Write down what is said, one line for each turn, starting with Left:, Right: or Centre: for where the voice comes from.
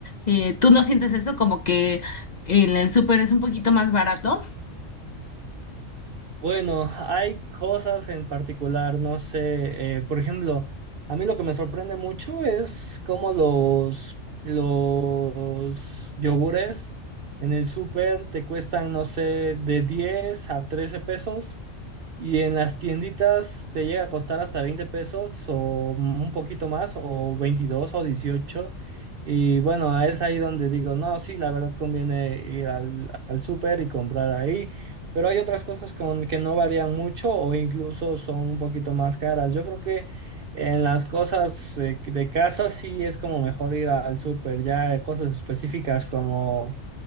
Left: Eh, ¿tú no sientes eso como que el, el súper es un poquito más barato?
Right: Bueno, hay cosas en particular, no sé, eh, por ejemplo, a mí lo que me sorprende mucho es cómo los, los yogures en el súper te cuestan, no sé, de 10 a 13 pesos y en las tienditas te llega a costar hasta 20 pesos o un poquito más, o 22 o dieciocho Y bueno, es ahí donde digo, no, sí, la verdad conviene ir al, al súper y comprar ahí. Pero hay otras cosas con que no varían mucho o incluso son un poquito más caras. Yo creo que en las cosas eh, de casa sí es como mejor ir al súper, ya eh, cosas específicas como